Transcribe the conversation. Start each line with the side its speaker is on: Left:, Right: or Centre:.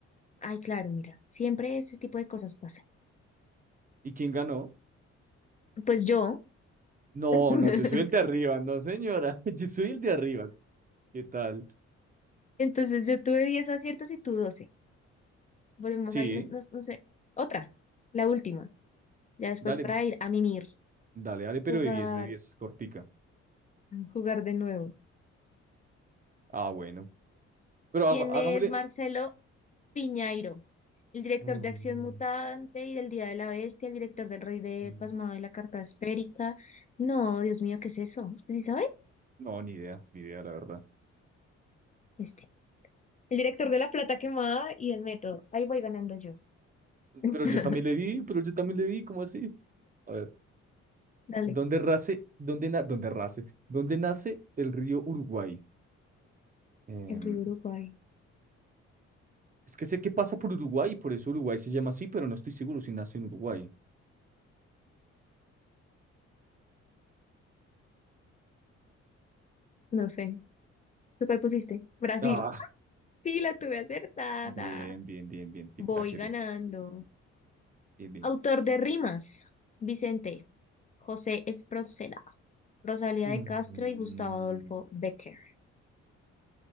Left: Ay, claro, mira. Siempre ese tipo de cosas pasan.
Right: ¿Y quién ganó?
Left: Pues yo.
Right: No,
Left: <laughs>
Right: no, yo soy el de arriba, no, señora. <laughs> Yo soy el de arriba. ¿Qué tal?
Left: Entonces yo tuve diez aciertos y tú 12. Volvemos
Right: Sí,
Left: ahí, no, no- no sé. Otra, la última. Ya después
Right: dale,
Left: para ir a mimir,
Right: Dale, dale, pero
Left: jugar,
Right: de diez de 10 cortica.
Left: jugar de nuevo.
Right: Ah, bueno. Pero
Left: ¿Quién
Right: haga-
Left: es
Right: hagámosle.
Left: Marcelo Piñairo, el director
Right: Mm,
Left: de Acción Mutante y del Día de la Bestia, el director del Rey de
Right: mm,
Left: Pasmado y la Carta Esférica. No, Dios mío, ¿qué es eso? ¿Usted sí sabe?
Right: No, ni idea, ni idea, la verdad.
Left: Este. El director de La Plata Quemada y El Método. Ahí voy ganando yo. <laughs>
Right: Pero yo también le di, pero yo también le di, ¿cómo así? A ver,
Left: Dale,
Right: ¿dónde nace, dónde na- dónde nace, dónde nace el río Uruguay? Em,
Left: en Río Uruguay.
Right: es que sé que pasa por Uruguay y por eso Uruguay se llama así, pero no estoy seguro si nace en Uruguay.
Left: No sé. ¿Tú cuál pusiste? Brasil.
Right: Ah,
Left: Sí, la tuve acertada.
Right: bien, bien, bien, bien, qué
Left: Voy
Right: crack eres.
Left: ganando.
Right: Bien, bien.
Left: Autor de rimas. Vicente José Esproceda, Rosalía
Right: Mm,
Left: de Castro y Gustavo Adolfo Becker.